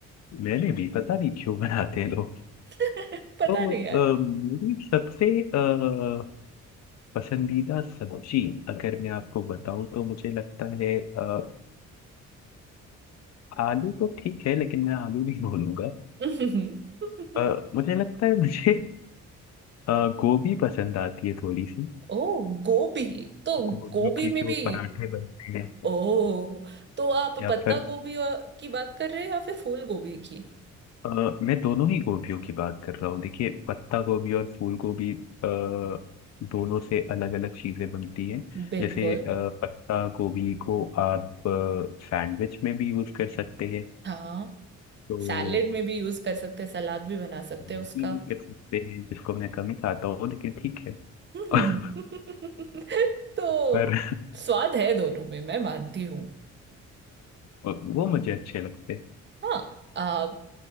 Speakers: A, on the left (about 60°); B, on the right (about 35°).
A: मैंने भी पता नहीं क्यों बनाते हैं लोग
B: <laughs> पता
A: तो
B: नहीं
A: अ,
B: यार
A: मेरी सबसे अ, पसंदीदा सब्जी अगर मैं आपको बताऊं तो मुझे लगता है अ, आलू तो ठीक है लेकिन मैं आलू नहीं बोलूंगा
B: <laughs>
A: अ, मुझे लगता है मुझे अ, गोभी पसंद आती है थोड़ी सी
B: ओ गोभी तो
A: गोभी
B: गोभी
A: के
B: में
A: जो
B: भी
A: पराठे बनते हैं
B: ओ तो आप
A: या
B: पत्ता
A: फिर
B: गोभी और- की बात कर रहे हैं या फिर फूल गोभी की
A: अ, मैं दोनों ही गोभियों की बात कर रहा हूँ देखिए पत्ता गोभी और फूल गोभी अ, दोनों से अलग अलग चीजें बनती हैं
B: बिल्कुल
A: जैसे अ, पत्ता गोभी को आप अ, सैंडविच में भी यूज कर सकते हैं
B: हाँ
A: तो
B: सैलेड में भी यूज कर सकते हैं सलाद भी बना सकते
A: सैंडविच
B: हैं उसका।
A: में भी कर सकते हैं जिसको मैं कम ही खाता हूँ लेकिन ठीक है
B: <laughs>
A: <laughs>
B: तो
A: पर
B: स्वाद है दोनों में मैं मानती हूँ
A: वो मुझे अच्छे लगते हैं
B: हाँ आ,